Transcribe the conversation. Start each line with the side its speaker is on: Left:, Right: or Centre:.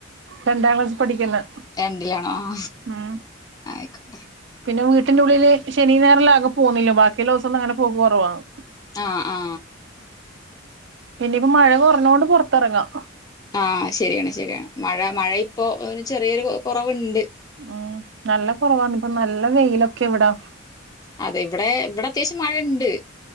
Right: രണ്ടാം ക്ലാസ് പഠിക്കുന്ന
Left: രണ്ടിലാണോ ആ
Right: ഉം
Left: ആയിക്കോട്ടെ
Right: പിന്നെ വീട്ട്ന്റെ ഉള്ളിൽ ശനി ഞായർൽ ആകെ പോണില്ലാ ബാക്കിയുള്ളോസം ഒന്നും അങ്ങനെ പോക്ക് കൊറവാണ്
Left: ആ ആ
Right: പിന്നെ ഇപ്പ മഴ കൊർ ന്നോട് പൊറത്തെറങ്ങാം
Left: ആ ശരിയാണ് ശരിയാണ് മഴ മഴ ഇപ്പോ ഒര് ചെറിയൊര് കൊ കൊറവ്ണ്ട്
Right: ഉം നല്ല കൊറവാണ് ഇപ്പ നല്ല വെയ് യിലൊക്കെ ഇവ്ടാ
Left: അതെ ഇവ്ടെ ഇവ്ടെ അത്യാവ്ശ്യം മഴ ഇണ്ട്